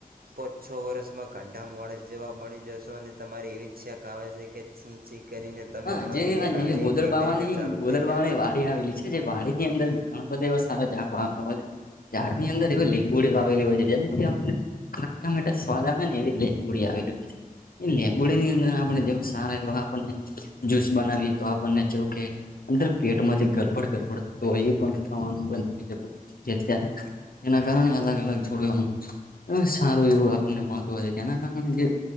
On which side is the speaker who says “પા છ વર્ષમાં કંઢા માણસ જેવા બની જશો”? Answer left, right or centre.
Right